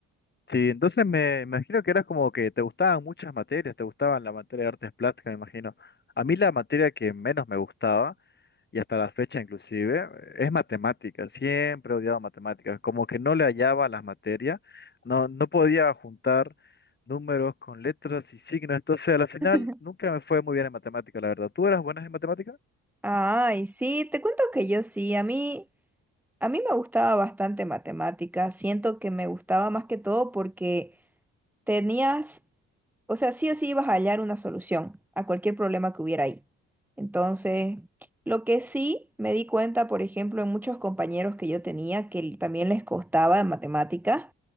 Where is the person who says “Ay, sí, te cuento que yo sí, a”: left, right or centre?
Centre